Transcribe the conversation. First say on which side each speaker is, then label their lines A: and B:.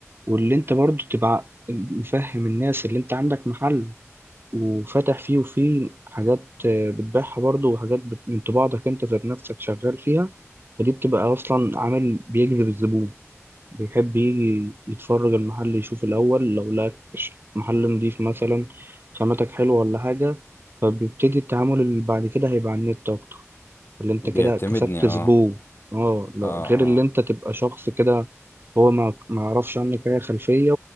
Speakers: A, on the right (about 45°); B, on the left (about 50°).
A: واللي انت برضو تبقى مفهم الناس اللي انت عندك محل وفاتح فيه وفيه حاجات آه، بتبيعها برضو وحاجات بت- من طباعتك انت ذات نفسك شغال فيها فدي بتبقى اصلا عامل بيجذب الزبون بيحب يجي يتفرج المحل يشوف الأول لو لقى ش- محل نضيف مثلا خاماتك حلوة ولا حاجة فبيبتدي التعامل اللي بعد كده هيبقى على النت أكتر اللي أنت
B: بيعتمدني
A: كده كسبت
B: اه
A: زبون اه لو-
B: اه
A: غير اللي
B: اه
A: أنت تبقى شخص كده هو ما ما يعرفش عنك أي خلفية